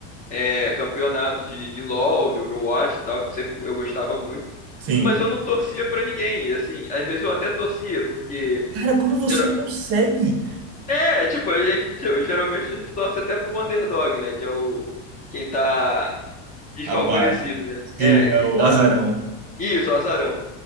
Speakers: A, on the left; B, on the right.
A: é, campeonato de, de LoL, de Overwatch e tal, que eu sempre eu gostava muito.
B: Sim.
A: Mas eu não torcia pra ninguém. e, Assim, às vezes eu até torcia, porque.
B: Cara, como você
A: gera-
B: consegue?
A: É, tipo, a gente tipo, geralmente a gente torce até pro underdog, né? Que é o quem tá desfavorecido,
B: Abaixo.
A: né? É,
B: Sim, é
A: quem
B: o
A: tá.
B: azarão.
A: Isso, azarão.